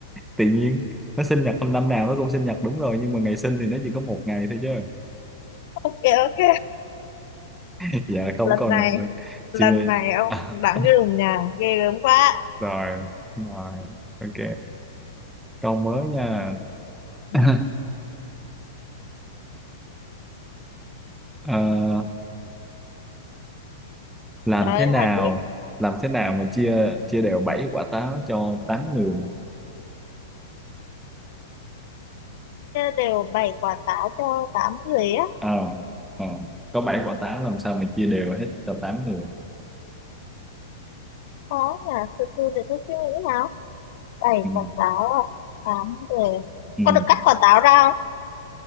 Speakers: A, in the centre; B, on the left (about 45°).
A: tự nhiên nó sinh nhật năm năm nào nó cũng sinh nhật đúng rồi nhưng mà ngày sinh thì nó chỉ có một ngày thôi chứ
B: ok ok
A: <laughs> dạ không
B: lần
A: còn
B: này
A: là là-
B: lần
A: chưa
B: này ông
A: <laughs>
B: bạn cái lùng nhà ghê gớm quá
A: rồi rồi ok câu mới nha <laughs>
B: Ừ.
A: Ờ, làm
B: trời ơi
A: thế nào
B: hả chị
A: làm thế nào mà chia chia đều bảy quả táo cho tám người
B: đều bày quả táo cho tám người á
A: Ờ, ờ, có bảy quả táo làm sao mà chia đều hết cho tám người
B: khó nhờ từ từ để tôi suy nghĩ nào bày
A: ừ,
B: quả táo à, tám người
A: ừ,
B: có được cắt quả táo ra không